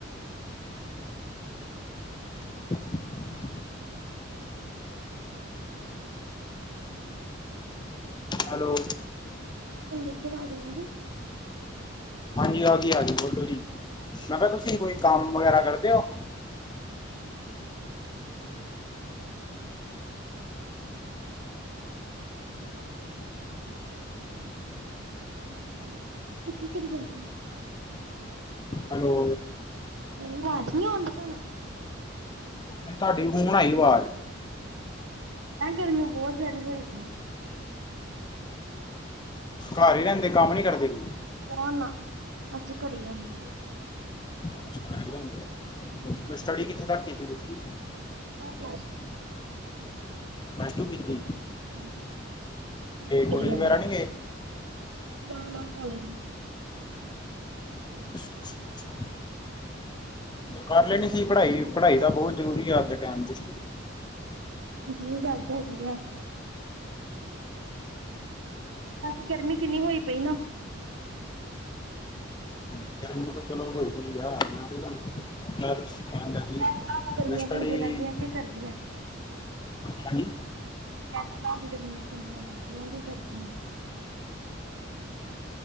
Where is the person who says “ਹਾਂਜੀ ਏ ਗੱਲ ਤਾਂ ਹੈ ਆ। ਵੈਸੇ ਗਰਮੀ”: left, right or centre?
Right